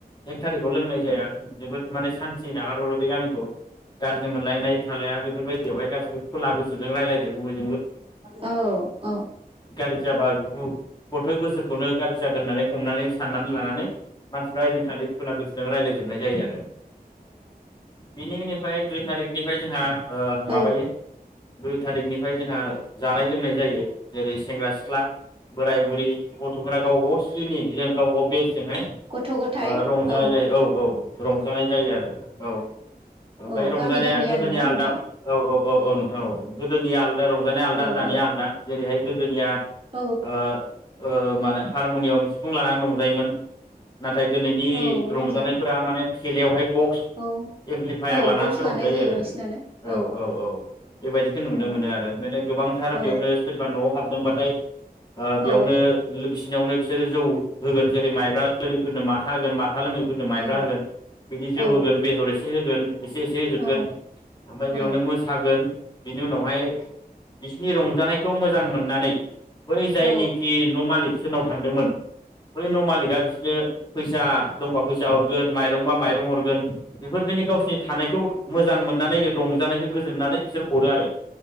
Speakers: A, on the left (about 25°); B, on the right (about 35°).
A: एक थारिखआव लोंनाय जाया जोबोद माने सान्थि नागारहरो बे गामिखौ गाज्रि मोनलायनाय थालाया बेफोरबायदियावहाय गासिबो खुला गोसो जों रायलायजबो
B: औ औ
A: गाज्रि जाबा बुखु गथाय बोसोरखौनो गाज्रि जागोन होननानै हमनानै साननानै लानानै मानसिफ्रा आइदिनखालि खुला गोसो जों रायज्लायजोबनाय जायो आरो बिनि उनिफ्राय दुइ थारिखनिफ्राय जोंहा ओ
B: औ
A: माबायो दुइ थारिखनिफ्राय जोंहा जानाय लोंनाय जायो जेरै सेंग्रा सिख्ला बोराय बुरै गथ' होना गावबा गाव स्रिनि हिजों। <unintelligible> बे हाय
B: गथ' गथाय
A: ओ रंजानाय
B: औ
A: जायो औ औ रंजानाय जायो आरो औ ओमफ्राय
B: औ
A: रंजानाया
B: गामि गामि
A: गोदोनि
B: आरोना
A: आलदा
B: नोंथां
A: औ औ औ औ गोदोनिया आलदा रंजानाया आलदा
B: औ
A: दानिया
B: औ
A: आलदा जेरैहाय गोदोनिया
B: औ
A: ओ ओ मा होनो हारमनियम सिफुं लानानै रंजायोमोन। नाथाय दिनैनि
B: औ
A: रंजानायफोरा
B: रंजायो
A: माने खेलायावहाय बक्स
B: औ
A: एमप्लिफायार
B: औ
A: लानानैसो
B: बक्स लानाय
A: रंजायो
B: जायो
A: आरो
B: बांसिनानो
A: औ औ औ बेबायदिखौ नुनो
B: औ
A: मोनो आरो माने गोबांथार
B: औ
A: बेयावनो सोरबा न'आव हाबदोंबाथाय ओ बेयावनो
B: औ
A: बिसिनियावनो बिसोरो जौ होगोन जेरै माइब्रा लोङैफोरनो माथा होगोन माथा माथा लोङैफोरनो माइब्रा
B: औ
A: होगोन बिदि जौ
B: औ
A: होगोन बेदर एसे होगोन एसे एसे होजोबगोन
B: औ
A: ओमफ्राय बेयावनो
B: औ
A: मोसागोन बिनि उनावहाय बिसिनि रंजानायखौ मोजां मोननानै बै जायनिखि
B: औ
A: न' मालिक सोरनाव थांदोंमोन बै न मालिका बिसोरनो फैसा दंबा फैसा हर गोन माइरंबा माइरं हरगोन बेफोरबायदिनो गावसोरनि थानायखौ मोजां मोननानै रंजानायखौ गोजोननानै बिसोर हरो आरो